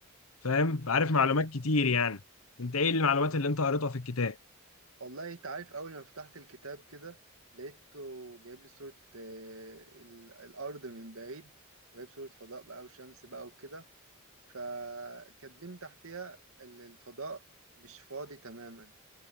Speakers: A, on the left; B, on the right.
A: فاهم فعارف معلومات كتير يعني انت ايه المعلومات اللي انت قريتها في الكتاب
B: والله انت عارف أول ما فتحت الكتاب كده لقيته جايب لي صورة آه، ال- الأرض من بعيد وجايب صورة فضاء بقى وشمس بقى وكده فكاتبين تحتها ال- الفضاء مش فاضي تماما